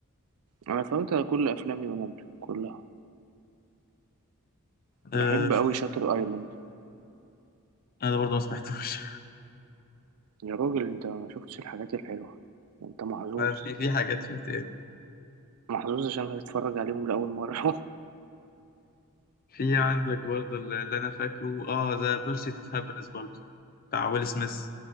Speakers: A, on the right; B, on the left.
A: انا اتفرجت على كل افلام ليوناردو كلها بحب
B: آه في
A: اوي شاتر ايلاند
B: انا برضه ما سمعتوش
A: يا راجل انت ما شفتش الحاجات الحلوة انت
B: <laughs>
A: محظوظ
B: أنا في في حاجات فايت ايه
A: محظوظ عشان هتتفرج عليهم لأول مرة <laughs>
B: في عندك برضه اللي انا فاكره اه ذا بيرسيت اوف هابينس برضه بتاع ويل سميث